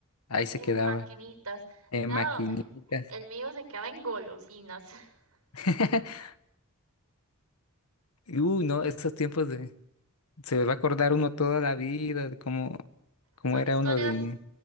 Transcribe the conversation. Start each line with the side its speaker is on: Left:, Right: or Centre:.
Left: ahí se
Right: en
Left: quedaba.
Right: maquinitas.
Left: En
Right: No,
Left: maquinitas.
Right: El mío se queda en golosinas. <laughs>
Left: <laughs> Y, Uy, no, esos tiempos de... Se va a acordar uno toda la vida de cómo, cómo
Right: Son
Left: era
Right: historias
Left: uno de... ni-